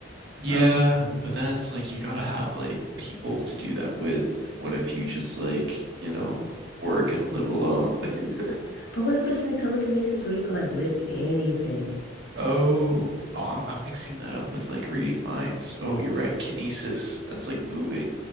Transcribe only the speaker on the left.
um,
but what if it's like telekinesis where you can like lift anything?